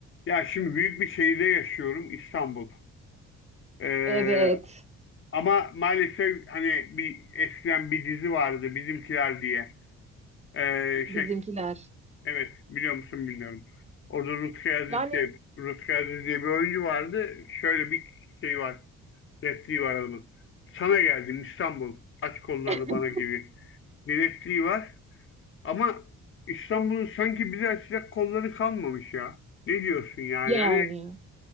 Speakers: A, on the left; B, on the right.
A: Ya şimdi büyük bir şehirde yaşıyorum İstanbul. Ee,
B: Evet.
A: ama maalesef hani bir eskiden bir dizi vardı Bizimkiler diye. Ee,
B: Bizimkiler.
A: şey evet biliyor musun bilmiyorum. Orada Rutkay Aziz
B: Yani
A: diye, Rutkay Aziz diye bir oyuncu vardı. Şöyle bir şey var. Repliği var adamın. Sana geldim İstanbul. Aç kollarını
B: <laughs>
A: bana gibi. Bir repliği var. Ama İstanbul'un sanki bize açacak kolları kalmamış ya. Ne diyorsun yani?
B: yani.
A: Hani